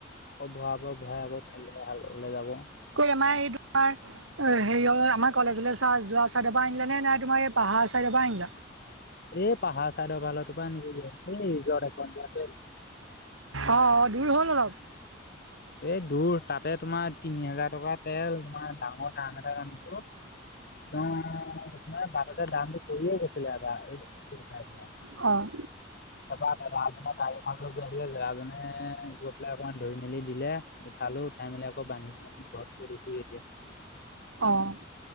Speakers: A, on the left; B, on the right.
A: ক ভৰা ব ভৰাাই আকৌ কাইলোললে যাব
B: ক আমাৰ এই তোমাৰ হেৰি আমাৰ কলেজলৈ চোৱা যোৱা চাই পৰা আনিলে নে নাই তোমাৰ এই পাহ হাঁ আ চাৰ যবাইন্দা
A: এই পাহাৰ চাইডৰ ফালতো পৰা নেকি
B: অ অ দৰি হ'ল নলপ
A: এই দূৰ তাতে তোমাৰ তিনি হোজাৰ টকা তেল তমাৰ ডাঙৰ দাম এটা আনিছো একদম আনাৰ বাৰতে দামটো কৰিয়ে গৈছিলে আবাৰ
B: হয়
A: তব ৰা ন গীখন লৈ গৈ আছিলে লেৰাজনে গৈ পেলাই অকমান ধুই মেলি দিলে উঠালো উঠাই মেলি আকৌ বান্ধি ঘৰত কৰিছো এতিয়া
B: অঁ